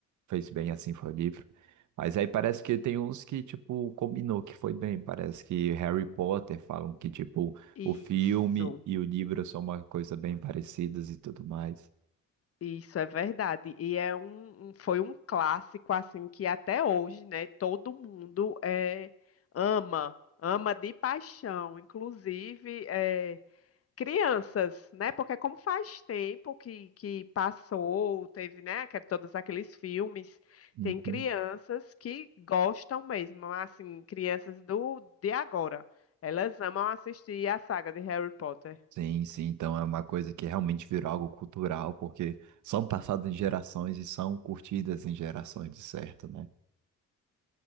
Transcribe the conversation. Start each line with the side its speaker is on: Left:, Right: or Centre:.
Right: fez bem assim foi o livro. Mas aí parece que tem uns que, tipo, combinou que foi bem. Parece que Harry Potter falam que, tipo,
Left: isso,
Right: o filme e o livro são uma coisa bem parecidas e tudo mais.
Left: isso é verdade. E é um, um- foi um clássico assim que até hoje, né, todo mundo é, ama, ama de paixão. Inclusive, eh, Crianças, né? Porque é como faz tempo que, que passou, teve, né, que- é todos aqueles filmes,
Right: Uhum.
Left: tem crianças que gostam mesmo, assim, crianças do de agora. Elas amam assistir a saga de Harry Potter.
Right: Sim, sim, então é uma coisa que realmente virou algo cultural, porque são passadas em gerações e são curtidas em gerações, de certo, né?